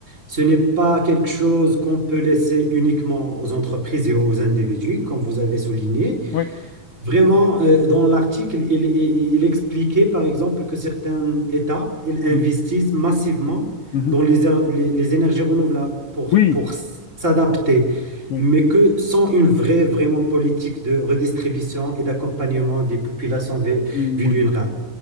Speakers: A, on the right; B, on the left.
A: Ce n'est pas quelque chose qu'on peut laisser uniquement aux entreprises et aux individus, comme vous avez souligné,
B: oui.
A: Vraiment, euh, dans l'article, il, il- il expliquait par exemple que certains États ils investissent
B: Mhm,
A: massivement
B: mhm.
A: dans les, é- les- les énergies renouvelables pour,
B: Oui,
A: pour s'adapter,
B: oui,
A: mais que sans une vraie, vraiment politique de redistribution et d'accompagnement des populations vul-
B: oui,
A: vulnérables.